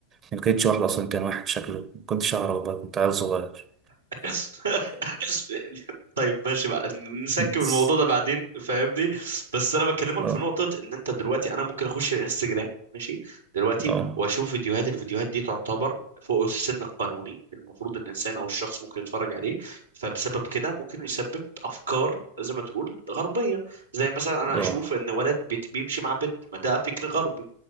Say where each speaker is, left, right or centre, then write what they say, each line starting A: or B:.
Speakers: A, on the right; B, on the right.
A: ما كانتش واحدة أصلا كان واحد شكله ما كنتش أعرف بقى كنت عيل صغير
B: <laughs> طيب ماشي بقى نسكب
A: <laughs> بس.
B: الموضوع ده بعدين فاهمني بس انا بكلمك
A: اه
B: في نقطة ان انت دلوقتي انا ممكن اخش الانستجرام ماشي دلوقتي
A: اه
B: واشوف فيديوهات الفيديوهات دي تعتبر فوق السن القانوني المفروض الانسان او الشخص ممكن يتفرج عليه فبسبب كده ممكن يسبب افكار زي ما تقول غربية زي مثلا انا
A: اه
B: اشوف ان ولد بيت- بيمشي مع بنت ما ده فكر غربي